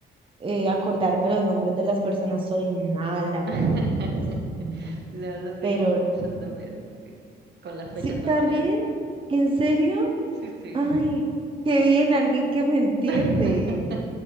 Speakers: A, on the right; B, on the right.
A: eh, acordarme los nombres de las personas, soy mala
B: <laughs>
A: para los nombres. ma-
B: No, no te
A: Pero
B: culpo, yo también, sí. Con las fechas
A: sí,
B: también.
A: también, ¿en serio?
B: Sí, sí.
A: Ay, qué bien, alguien que me entiende.
B: <laughs>